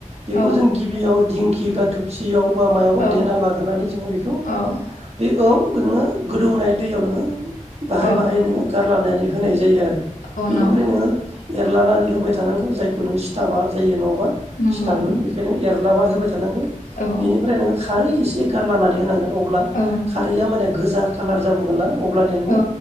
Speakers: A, on the right; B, on the left.
A: बेखौ
B: औ
A: जों गिबियाव दिंखि बा थबसियाव बा मायावा
B: औ
A: देना लाग्रोनानै जोङो बेखौ
B: औ
A: बे औ नोङो गोदौनाय दैयाव नोङो बाहाय
B: औ
A: बाहाय नोङो गारलानानै होनाय जायो आरो।
B: औ
A: बेनिफ्राय
B: नौ
A: नोङो एरलानानै होबाय थानांगौ जायखौ नों सिथाबा जायो नङा
B: नंगौ
A: सिथाबो
B: नोंथां
A: बेखायनो एरलाना होबाय थानांगौ
B: औ
A: बेनिफ्राय नोङो। खारै एसे गारलानानै होनांगोन अब्ला
B: औ
A: खारैआ माने गोजा कालार जाबोगोन ना। अब्लानिया नोङो
B: औ